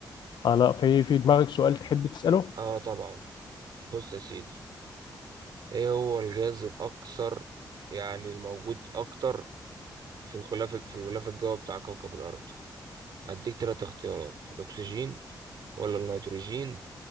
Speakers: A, on the left (about 80°); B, on the right (about 70°).
A: خلاص في في دماغك سؤال تحب تساله
B: اه طبعا بص يا سيدي ايه هو الغاز الأكثر يعني الموجود أكتر في الغلاف في الغلاف الجوي بتاع كوكب الأرض هديك تلات اختيارات الأكسجين ولا النيتروجين